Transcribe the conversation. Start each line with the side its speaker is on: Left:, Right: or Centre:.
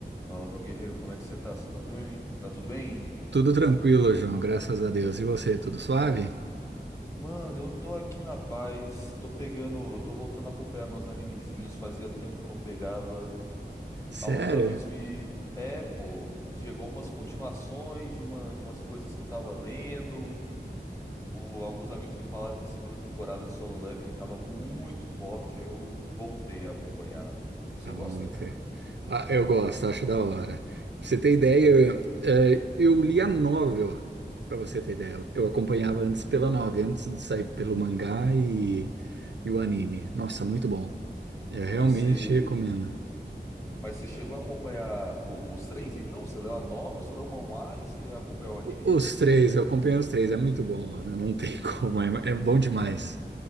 Left: Fala, meu guerreiro, como é que você tá? Você tá tudo bem? Tá tudo bem?
Right: Tudo tranquilo, João, graças a Deus. E você, tudo suave?
Left: Mano, eu tô aqui na paz, tô pegando, tô voltando a acompanhar meus animezinhos, fazia tempo que eu não pegava.
Right: Sério?
Left: Alguns amigos me. É, pô, chegou umas continuações de, uma, de umas coisas que eu tava lendo. O, alguns amigos me falaram que a segunda temporada de Solo Leveling tava muito forte, aí eu voltei a acompanhar. Você
Right: Tá
Left: gosta,
Right: muito.
Left: cara?
Right: Ah, eu gosto, acho da hora. Pra você ter ideia, eh, eu li a novel, pra você ter ideia. Eu eu acompanhava antes pela novel, antes de sair pelo mangá e, e o anime. Nossa, muito bom. Eu realmente
Left: Mas você.
Right: recomendo.
Left: Mas você chegou a acompanhar o- os três, então? Você leu a novela, você leu o manhwa e você acompanhou o anime?
Right: O- Os três, eu acompanhei os três, é muito bom, mano. Não tem <laughs> como, é, é bom demais,